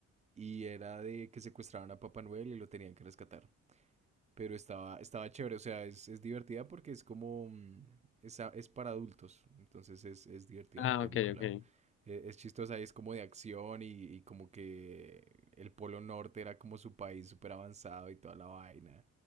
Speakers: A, on the right; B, on the left.
A: y era de que secuestraban a Papá Noel y lo tenían que rescatar. Pero estaba, estaba chévere, o sea, es, es divertida porque es como... mm, Es, a- es para adultos, entonces es, es divertida
B: Ah,
A: la película.
B: ok, ok.
A: Eh, Es, chistosa y es como de acción y, y como que el Polo Norte era como su país súper avanzado y toda la vaina.